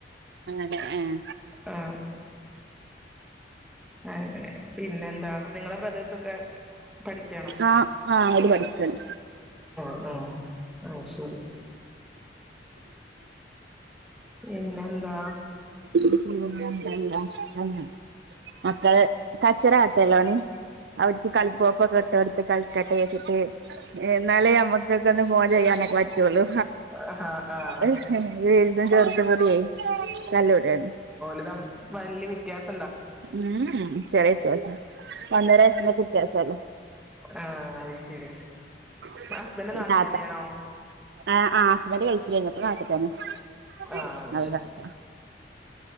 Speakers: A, on the right; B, in the centre.
A: അങ്ങനെ അം
B: ആഹ് അങ്ങനെ പിന്നെന്താ നിങ്ങളെ ബ്രദേഴ്സൊക്കെ പഠിക്കാണോ
A: <unintelligible> ഹ അര് പഠിക്കാണ്
B: ഓയ് അയു ശരി ഇന്നെന്താ
A: <inaudible> മക്കള് കച്ചറ കാട്ടല്ലോഓണ് അവിടു കളിപ്പോപ്പൊക്കെ ഇട്ട കോടുത്ത് കളിക്കട്ടെ വെച്ചിട്ട് എന്നാലേ നമ്മുക്കൊക്കെ ഒന്ന് ഫോൺ ചെയ്യാനൊക്കെ പറ്റ് ഇവളു
B: ആഹ് ആഹ്
A: <unintelligible> വലുതും ചെറുതുംകൂടി തല്ലുകൂടാണ്
B: <unintelligible> വല്യവ്യത്യാസം
A: ഉം ചെറിയ വ്യത്യാസം ഒന്നര വയസിന്റെക്ക് വ്യത്യാസല്ലേ
B: ആഹ് അയ് ശരി
A: <unintelligible>
B: ഹസ്ബൻഡ് നാട്ടിൽ തന്നെയാണോ
A: ആഹ് ആഹ് ഹസ്ബെന്റ ഗൾഫിലെരുന്നു ഇപ്പ നാട്ടിൽ <unintelligible>
B: ആഹ്
A: അത് <unintelligible>